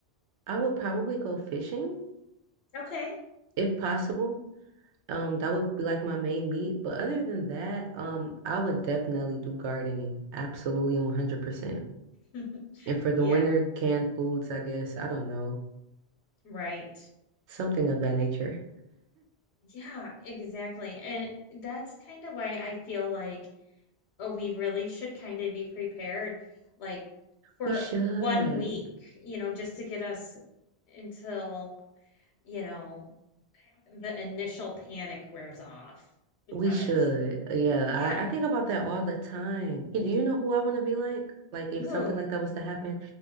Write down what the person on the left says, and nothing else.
Okay.
<laughs>
Yeah,
right.
Yeah, exactly. And that's kind of why I feel like uh, we really should kind of be prepared, like for
one week, you know, just to get us until, you know, the initial panic wears off because
yeah
hmm
ooh